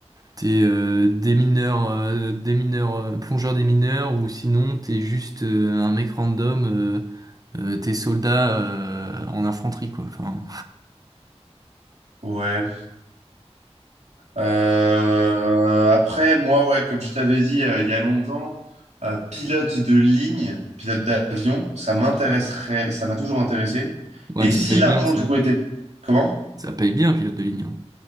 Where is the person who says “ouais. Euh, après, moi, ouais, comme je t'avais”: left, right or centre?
Right